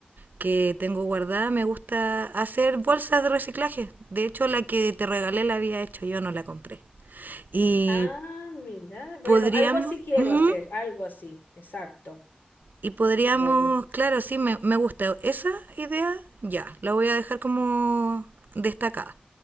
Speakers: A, on the right; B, on the left.
A: que tengo guardada. Me gusta hacer bolsas de reciclaje. De hecho, la que te regalé la había hecho yo, no la compré. Y
B: Ah, mira. Bueno,
A: podríamos...
B: algo así quiero
A: Ujú.
B: hacer, algo así, exacto.
A: Y podríamos,
B: Bueno.
A: claro, sí, me, me gusta esa idea, ya, la voy a dejar como destacada.